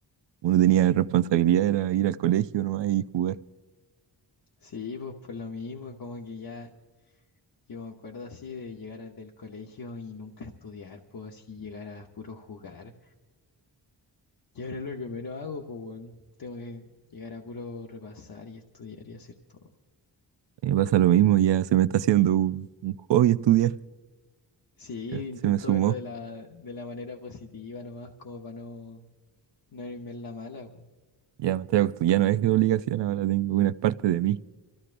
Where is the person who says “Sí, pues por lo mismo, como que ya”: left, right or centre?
Left